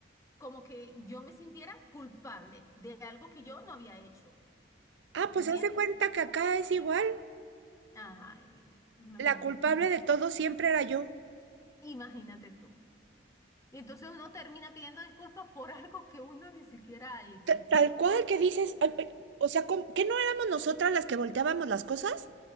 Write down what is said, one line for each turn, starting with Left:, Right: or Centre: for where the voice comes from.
Left: como que yo me sintiera culpable de algo que yo no había hecho.
Right: Ah,
Left: ¿Entiendes?
Right: pues haz de cuenta que acá es igual.
Left: Ay, mira, imagínate.
Right: La culpable de todo siempre era yo.
Left: Imagínate tú. Y entonces uno termina pidiendo disculpas por <laughs> algo que uno ni siquiera ha hecho.
Right: Ta- Tal cual que dices, ay, ay, o sea, ¿cómo- ¿qué no éramos nosotras las que volteábamos las cosas?